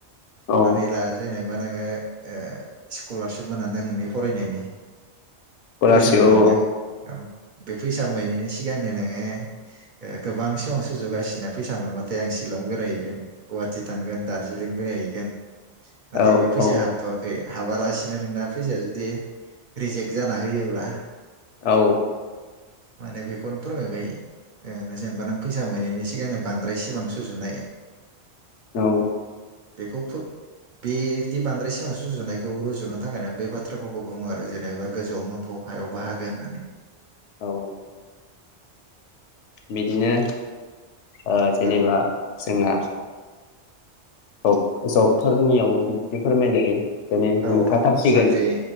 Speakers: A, on the right; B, on the left.
A: हमनानै
B: औ
A: लााया जेनेबा नोङो ओ स्कलारशिप मोनांदों नोंनि फरायनायनि
B: स्कलारशिप
A: फैसा मोननायदों
B: औ
A: औ बे फैसा मोनिनि बेनि सिगांनो नोङो ओ गोबां सुजुगासिनो फै मोनोबा जे आं शिलं बेरायहैगोन गुवाहाटि थांगोन दार्जिलिं बेरायहैगोन। नाथाय
B: औ
A: बे फैसाया
B: औ
A: हाबथवाखै हाबालासिनो नोंना फैसाया जुदि रिजेक्ट जाना होयोब्ला
B: औ।
A: माने बेखौनो फोरमायबाय ओ जेनेबा नों फैसा मोनैनायनि सिगांनो बांद्राय सि सिमां जुनाय।
B: औ।
A: बेखौ फोर बेदि बांद्राय सिङाव सुजुनायखौ रुजुनो थाखायनो बे बाथ्राफावखौ बुङो आरो जेनेबा गोजौआव मोफौ हायाव बाहागो होननानै।
B: औ। बिदिनो ओ जेनेबा
A: औ
B: जोङा जब-जबफोरनियावबो बिदि फोरमायनो हायो मेने
A: औ
B: मोनखाथारसिगोन
A: औ साख्रि